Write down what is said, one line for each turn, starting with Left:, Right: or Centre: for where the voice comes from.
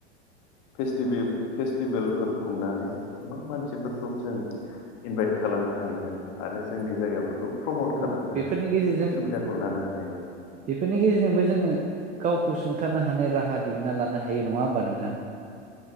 Left: फेस्टिभि फेस्टिभेलफोर खुंनानै गोबां मानसिफोरखौ जों इनभाइट खालामनो हायो आरो आरो जोंनि जायगाफोरखौ प्रमट
Right: औ
Left: खालामनो
Right: बेफोरनि गेजेरजों
Left: सुबिदाखौ लानो हायो
Right: बेफोरनि गेजेरजोंबो जोङो गावखौ सुंथानो हानाय राहा दिहुनना लानो हायो नङा होमबा नोंथां।